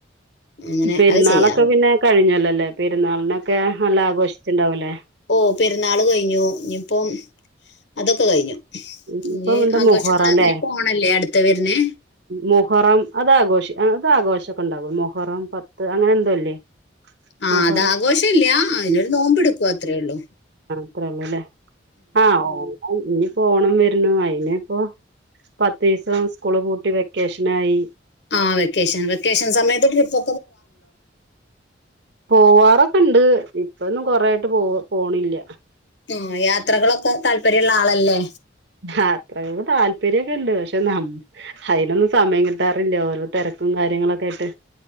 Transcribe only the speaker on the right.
പെരുന്നാളൊക്കെ
പിന്നെ കഴിഞ്ഞല്ലല്ലേ പെരുന്നാളിനൊക്കെ നല്ല ആഘോഷിച്ചിണ്ടാവൂല്ലേ
ഇനിയിപ്പം
എന്താ
മുഹറം അല്ലേ
മുഹറം അതാഘോഷി അത് ആഘോഷക്കെ ഉണ്ടാവോ മുഹറം പത്ത് അങ്ങനെ എന്തോല്ലേ
മുഹറം
അത്രള്ളൂ ലേ ആഹ് ഓഹ് ഇഞ്ഞി പോണം വരുന്നു അയിനി ഇപ്പോ പത്തീസം സ്കൂള് പൂട്ടി വെക്കേഷനായി
പോവാറൊക്കെ ഇണ്ട് ഇപ്പൊന്നും കൊറായിട്ട് പോ പോണില്ല
അത്രയോ താല്പര്യമൊക്കെ ഉണ്ട് പക്ഷെ അതിനൊന്നും സമയം കിട്ടാറില്ല ഓരോ തിരക്കും കാര്യങ്ങളൊക്കെ ആയിട്ട്